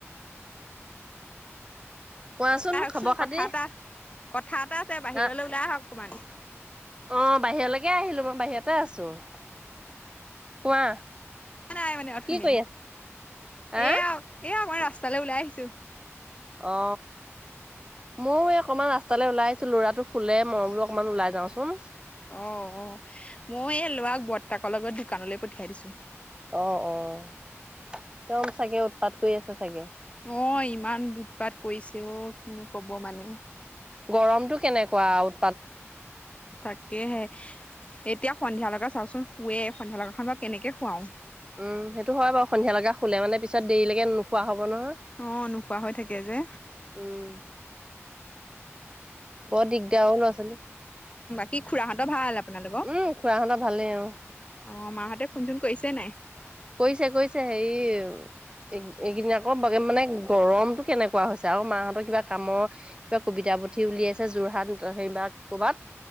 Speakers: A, on the right; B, on the left.
A: কোৱাচোন
B: ওলাই আহকচোন!
A: খবৰ
B: কথা
A: খাতি?
B: এটা কথা এটা আছে, বাহিৰলৈ
A: আ
B: ওলাই আহক। অকমান
A: অ বাহিৰলৈকে আহিলো মই বাহিৰতে আছো। কোৱা?
B: অহা নাই মানে অথনি?
A: কি কৰি আছা? হা
B: এয়া এয়া মই ৰাস স্তালে ওলাই আহিছো।
A: অ, ময়ো এই অকমান ৰাস্তালৈ ওলাই আহিছো লৰাটো শুলে মই বোলো অকমান ওলাই যাওচোন।
B: অ অ মই এই লৰাক বৰ্তাকৰ লগত দোকানলৈ পঠিয়াই দিছো।
A: অ অ একদম চাগে উৎপাত কৰি আছে চাগে
B: অ ইমান দুধপাত কৰিছে অ কিনো কব মানে
A: গৰমতো কেনেকোৱা আও
B: তাকেহে এতি এতিয়া সন্ধিয়া লেকে চাওঁচোন শুৱে সন্ধিয় লগাখনত কেনেকে খুৱাও
A: উম সেইটো হয় বাৰু সন্ধিয়া লগা খুলে মানে পিছত দেৰিলৈকে নোখোৱা হ'ব নহয়।
B: অ নোখোৱা হৈ থাকে যে
A: উম, বৰ দিগদাৰ হ'ল ল'ৰা ছোৱালী
B: কি খুৰাহঁতৰ ভাল আপোনালোকক
A: উম, খুৰাহঁতৰ ভালেই অ'।
B: অঁ মাহঁতে ফোন চোন কৰিছে নাই
A: কৰিছে কৰিছে হেৰি এইকেইদিন আকৌ মানে গৰমতটো কেনেকুৱা হৈছে আৰু মাহঁতৰ কিবা কামৰ ক কবিতা পুথি উলিয়াইছে যোৰহাট সেইবাৰ ক'ৰবাত